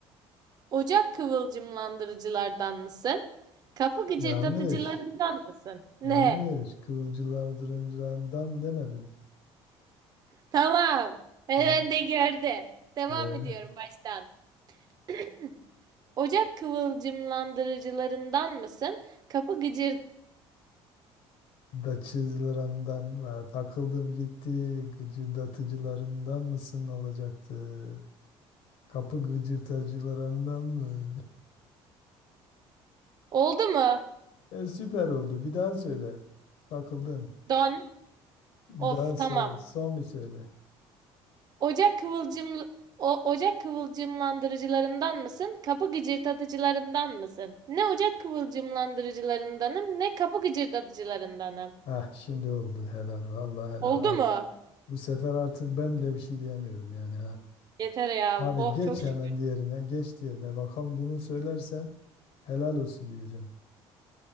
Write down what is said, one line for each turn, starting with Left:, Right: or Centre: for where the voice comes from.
Right: Ocak kıvılcımlandırıcılardan mısın? Kapı gıcırdatıcılarından
Left: Yanlış.
Right: mısın? Ne?
Left: Yanlış. Kıvılcılar dırıncılarından demedin.
Right: Tamam. Hemen
Left: Yan
Right: de gördü. Devam
Left: ya
Right: ediyorum baştan. <clears throat> Ocak kıvılcımlandırıcılarından mısın? Kapı gıcır...
Left: da çizgilerandan ve takıldım gitti gıcırdatıcılarından mısın olacaktı. Kapı gıcırtacılarından mı?
Right: Oldu mu?
Left: <laughs> E, süper oldu. Bir daha söyle. Takıldın.
Right: Don.
Left: Bir
Right: Of
Left: daha
Right: tamam.
Left: söyle. Son bir söyle.
Right: Ocak kıvılcım o, ocak kıvılcımlandırıcılarından mısın? Kapı gıcırdatıcılarından mısın? Ne ocak kıvılcımlandırıcılarındanım, ne kapı gıcırdatıcılarındanım.
Left: Heh şimdi oldu. Helal. Vallahi helal.
Right: Oldu
Left: Artık
Right: mu?
Left: bu sefer artık ben bile bir şey diyemiyorum yani ha.
Right: Yeter ya.
Left: Hadi
Right: Oh
Left: geç
Right: çok şükür.
Left: hemen diğerine. Geç diğerine. Bakalım bunu söylersen helal olsun diyeceğim.